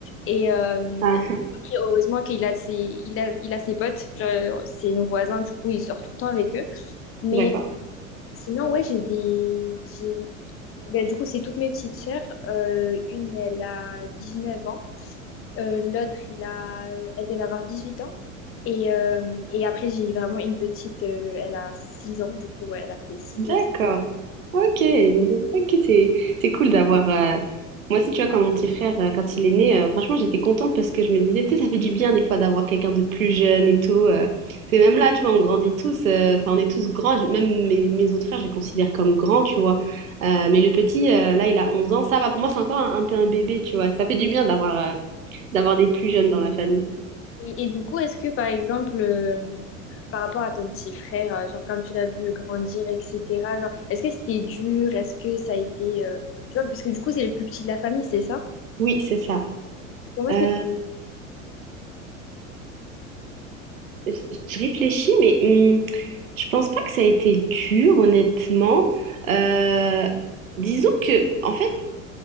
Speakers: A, on the left; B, on the right.
A: Et euh,
B: Ah,
A: après, heureusement qu'il a ses, il a, il a ses potes, genre, c'est nos voisins, du coup, il sort tout le temps avec eux. Mais
B: d'accord.
A: sinon, ouais, j'ai des. J'ai... Ben, du coup, c'est toutes mes petites sœurs. Euh, une, elle a dix neuf ans. Euh, l'autre, elle a... elle vient d'avoir dix huit ans. Et, euh, et après, j'ai vraiment une petite, euh, elle a 6 ans, du coup, ouais, elle a fait 6
B: D'accord.
A: ans.
B: Ok, une dizaine. ok, c'est c'est cool d'avoir. euh, Moi aussi, tu vois, quand mon petit frère, euh, quand il est né, euh, franchement, j'étais contente parce que je me disais, tu sais, ça fait du bien des fois d'avoir quelqu'un de plus jeune et tout. euh. C'est même là, tu vois, on grandit tous, euh, enfin, on est tous grands. Je- Même mes, mes autres frères, je les considère comme grands, tu vois. Euh, mais le petit, euh, là, il a 11 ans, ça va. Pour moi, c'est encore un, un peu un bébé, tu vois. Ça fait du bien d'avoir euh, d'avoir des plus jeunes dans la famille.
A: Et, et du coup, est-ce que par exemple, euh, par rapport à ton petit frère, euh, genre quand tu l'as vu grandir, etc., genre, est-ce que c'était dur? Est-ce que ça a été. euh, tu vois, parce que du coup, c'est le plus petit de la famille, c'est ça?
B: Oui, c'est ça.
A: Comment est-ce
B: Euh,
A: que.
B: je je réfléchis, mais hum, je pense pas que ça a été dur, honnêtement. Euh, disons que, en fait,